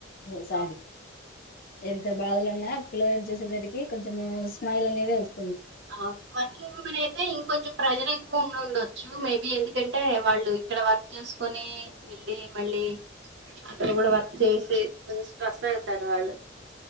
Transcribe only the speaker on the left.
ఓ సారి
ఎంత బాధలున్నా పిల్లని చూసేసరికి కొంచెం స్మైల్ అనేది వాస్